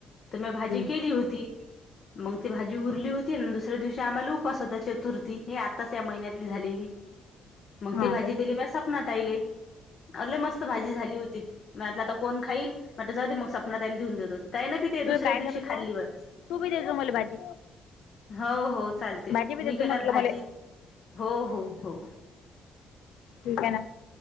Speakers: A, on the left (about 55°); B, on the left (about 80°).
A: तर म्या
B: आहे
A: भाजी केली होती, मंग ती भाजी उरली होती. तीनं दुसऱ्या दिवशी आम्हाला उपास होता, चतुर्थी ही आताच या महिन्यात झालेली मग
B: हां
A: ती भाजी दिली म्या सपनाताईले अरे लई मस्त भाजी झाली होती, म्हटलं आता कोण खाईल म्हटल आता जाऊ दे, मग सपनाताई ला नीऊन देतो ती ताई न बी ते
B: तू
A: दुसऱ्या
B: काय करजो
A: दिवशी खाल्ली वाटतं
B: तू बी द्यायचं मला भाजी
A: हाव हो चालते,
B: भाजी बी देजो
A: मी केल्यावर
B: म्हटलं
A: भाजी
B: मला
A: हो हो हो.
B: ठीक आहे ना.